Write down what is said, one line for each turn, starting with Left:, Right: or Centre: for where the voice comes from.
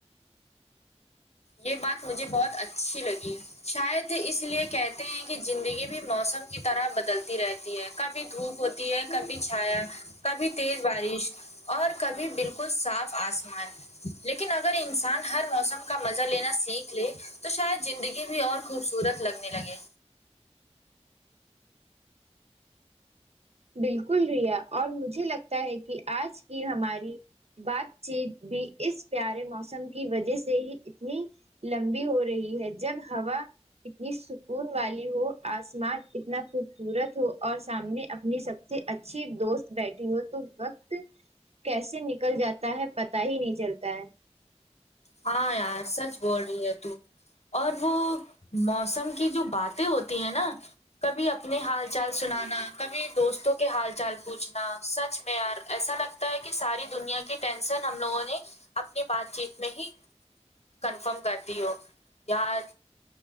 Left: یے بات مجھے بہت اچھی لگی شاید اس لیے کہتے ہیں کی زندگی بھی موسم کی طرح بدلتی رہتی ہے کب کبھی دھوپ ہوتی ہے کبھی چھایا کبھی تیز بارش اور کبھی بالکل صاف آسمان لیکن اگر انسان ہر موسم کا مزہ لینا سیکھ لے تو شاید زندگی بھی اور خوبصورت لگنے لگے
Right: بلکل ریا اور مجھے لگتا ہے کی آج کی ہماری بات چیت بھی اس پیارے موسم کی وجہ سے ہی اتنی لمبی ہو رہی ہے جب ہوا اتنی سکون والی ہو آسمان اتنا خوبصورت ہو اور سامنے اپنی سب سے اچھی دوست بیٹھی ہو تو وقت کیسے نکل جاتا ہے پتا ہی نہیں چلتا ہے
Left: ہاں یار سچ بول رہی ہے تو اور وہ موسم کی جو باتیں ہوتی ہیں نا کبھی اپنے حال چال سنانا کبھی دوستوں کے حال چال پوچھنا سچ میں یار ایسا لگ تا ہے کی ساری دنیا کی ٹینشن ہم لوگوں نے اپنی بات چیت میں ہی کنفرم کردی ہو یار